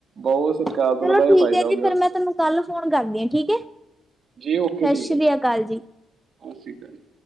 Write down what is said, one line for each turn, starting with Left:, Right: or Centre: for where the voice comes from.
Right: ਬਹੁਤ ਸਰਕਾਰ
Centre: ਚਲੋ
Right: ਦਾ ਥੋੜਾ ਜਿਹਾ
Centre: ਠੀਕ
Right: ਫਾਇਦਾ
Centre: ਹੈ,
Right: ਹੋ
Centre: ਜੀ।
Right: ਗਿਆ
Centre: ਫਿਰ ਮੈਂ ਤੁਹਾਨੂੰ ਕੱਲ ਫੋਨ ਕਰਦੀ ਹਾਂ, ਠੀਕ ਹੈ। ਸਤਿ
Right: ਜੀ ਓਕੇ ਠੀਕ
Centre: ਸ਼੍ਰੀ
Right: ਹੈ
Centre: ਅਕਾਲ ਜੀ।
Right: ਸਤਿ ਸ਼੍ਰੀ ਅਕਾਲ ਜੀ।